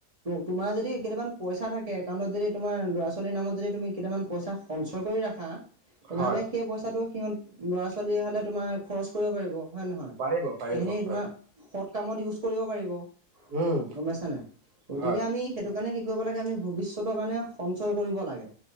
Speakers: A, on the right (about 30°); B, on the right (about 75°).
A: তোমাৰ যদি কেইটামান পইচা থাকে একাউণ্টত যদি তোমাৰ ল'ৰা-ছোৱালীৰ নামত যদি তুমি কেইটামান পইচা সঞ্চয় কৰি ৰাখা তেনেহ'লে
B: হয়,
A: সেই পইচাটো সিহঁত ল'ৰা-ছোৱালী হালে তোমাৰ খৰছ কৰিব পাৰিব হয় নহয়।
B: পাৰিব, পাৰিব,
A: এনে
B: হয়,
A: তোমাৰ সৎ সৎ কামত ইউজ কৰিব পাৰিব
B: উম।
A: গম পাইছা নাই গতিকে
B: হয়,
A: আমি সেইতো কাৰণে কি কৰিব লাগে আমি ভৱিষ্যতৰ কাৰণে সঞ্চয় কৰিব লাগে।